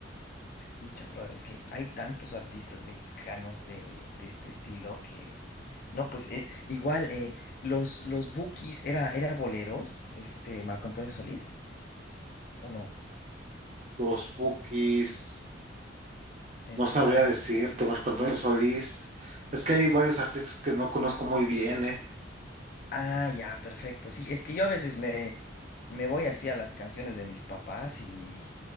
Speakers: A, on the left; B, on the right.
A: pucha, bro, es que hay tantos artistas mexicanos de, de este estilo que. No, pues es igual, eh, los, los Bukis era, era boleros, este Marco Antonio Solís, ¿o no?
B: Los Bukis,
A: El-
B: no sabría
A: eh,
B: decirte, Marco Antonio Solís. Es que hay varios artistas que no conozco muy bien, ¿eh?
A: Ah, ya, perfecto. Sí, es que yo a veces me, me voy así a las canciones de mis papás y